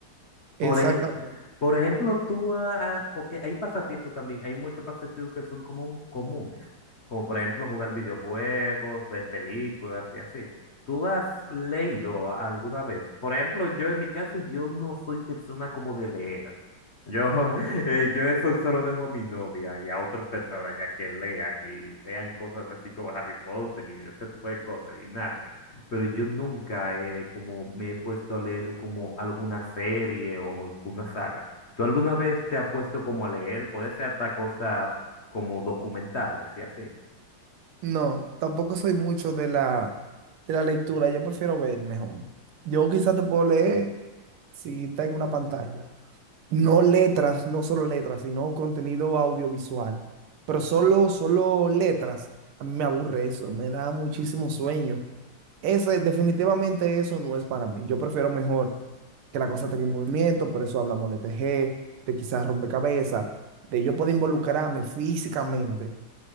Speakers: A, on the left (about 45°); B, on the right (about 80°).
A: Por,
B: Exactamente.
A: ej- por ejemplo, tú, ah, ah, porque hay pasatiempos también, hay muchos pasatiempos que son como comunes, como por ejemplo jugar videojuegos, ver películas y así. ¿Tú has leído alguna vez? Por ejemplo, yo en mi caso, yo no soy persona como de leer. Yo, <laughs> eh, yo eso solo dejo a mi novia y a otras personas ya que lean y vean cosas así como Harry Potter y ese tipo de cosas y Narnia pero yo nunca eh, como me he puesto a leer como alguna serie o alguna saga. ¿Tú alguna vez te has puesto como a leer? Puede ser hasta cosas como documentales y así.
B: No, tampoco soy mucho de la, de la lectura. Yo prefiero ver mejor. Yo quizá te puedo leer si está en una pantalla. No letras, no solo letras, sino contenido audiovisual. Pero solo, solo letras, a mí me aburre eso, me da muchísimo sueño. Ese, definitivamente eso no es para mí. Yo prefiero mejor que la cosa tenga movimiento, por eso hablamos de tejer, de quizás rompecabezas, de yo poder involucrarme físicamente